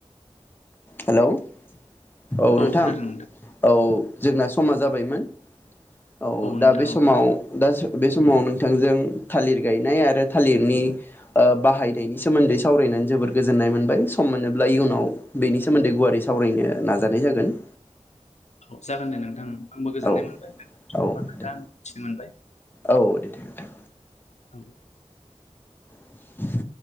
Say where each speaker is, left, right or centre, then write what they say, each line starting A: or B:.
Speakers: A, on the left; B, on the left.
A: हेलौ। औ
B: औ
A: नोंथां
B: खोनादों
A: औ जोंना समा जाबायमोन। औ औ दा
B: नोंथां
A: बे समाव
B: औ
A: दा जों बे समाव नोंथांजों थालिर गायनाय आरो थालिरनि ओ बाहायनायनि सोमोन्दै सावरायनानै जोबद गोजोननाय मोनबाय सम मोनोब्ला इयुनाव बेनि सोमोन्दै गुवारै सावरायनो नाजानाय जागोन।
B: औ जागोन दे नोंथां उम। आंबो गोजोननाय
A: औ
B: मोनबाय नोंथांनिफ्राय
A: औ
B: गोबां खोथा
A: दे
B: आं मिथिनो मोनबाय।
A: औ दे दे नोंथां
B: औ
A: <inaudible>